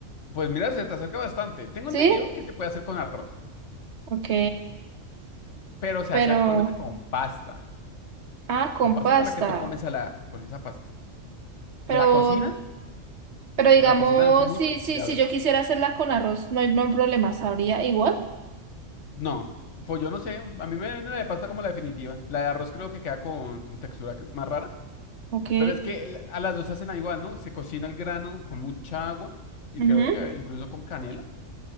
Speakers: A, on the left; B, on the right.
A: pues mira, se te acerca bastante. Tengo
B: ¿Sí?
A: entendido que se puede hacer con arroz,
B: Ok,
A: pero se
B: pero.
A: hace actualmente con pasta,
B: Ah, con
A: con pasta
B: pasta.
A: con la que tú comes a la, con esa pasta.
B: Pero,
A: ¿La cocinan?
B: pero digamos,
A: ¿La cocinan así mucho?
B: sí, sí,
A: De
B: si
A: haber
B: yo quisiera hacerla con arroz, no hay, no hay problema, sabría igual.
A: No, pues yo no sé. A mí me viene la de pasta como la definitiva. La de arroz creo que queda con textura que- más rara.
B: Ok.
A: Pero es que la- a las dos hacen igual, ¿no? Se cocina el grano con mucha agua y
B: Ujú.
A: creo que incluso con canela.